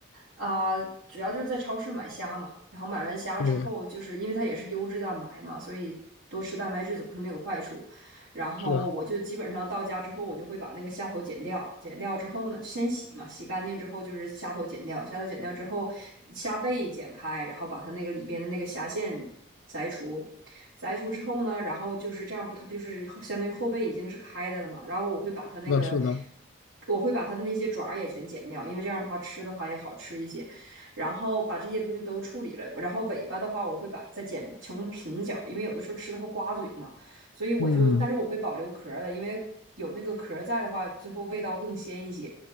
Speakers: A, on the right; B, on the left.
A: 啊、主要就是在超市买虾嘛，然后买完虾之后，
B: 对，
A: 就是因为它也是优质蛋白嘛，所以多吃蛋白质总是没有坏处。然后我就基本上到家之后，
B: 是啊，
A: 我就会把那个虾头剪掉，剪掉之后呢，先洗嘛，洗干净之后就是虾头剪掉，虾头剪掉之后，虾背剪开，然后把它那个里边的那个虾线摘除，摘除之后呢，然后就是这样不，它不就是相当于后背已经是开的了嘛，然后我会把它那个。
B: 是的，是的，
A: 我会把它的那些爪也全剪掉，因为这样的话吃的话也好吃一些。然后把这些东西都处理了，然后尾巴的话我会把再剪成平角，因为有的时候吃的会刮嘴嘛。所以我就，
B: 嗯，
A: 但是我会保留壳的，因为有那个壳在的话，最后味道更鲜一些。